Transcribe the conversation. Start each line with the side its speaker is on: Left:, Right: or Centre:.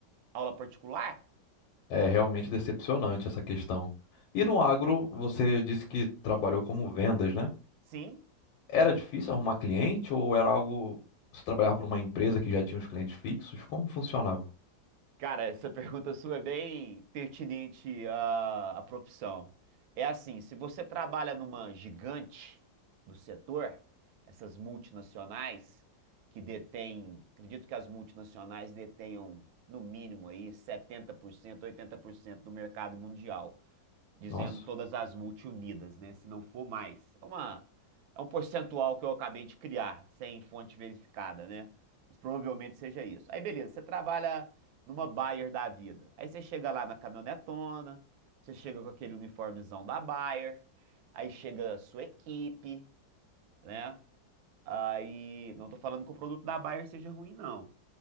Right: aula particular?
Left: É realmente decepcionante essa questão. E no agro, você disse que trabalhou como vendas, né?
Right: Sim.
Left: Era difícil arrumar cliente ou era algo. Você trabalhava para uma empresa que já tinha os clientes fixos? Como funcionava?
Right: Cara, essa pergunta sua é bem pertinente à, à profissão. É assim, se você trabalha numa gigante do setor, essas multinacionais que detêm, acredito que as multinacionais detenham no mínimo aí setenta por cento, oitenta por cento do mercado mundial dizendo
Left: Nossa,
Right: todas as multiunidas, né? Se não for mais. É uma, é um percentual que eu acabei de criar, sem fonte verificada, né? Mas provavelmente seja isso. Aí, beleza, você trabalha numa Bayer da vida. Aí você chega lá na caminhonetona, você chega com aquele uniformezão da Bayer, aí chega a sua equipe, né? Aí, não tô falando que o produto da Bayer seja ruim, não.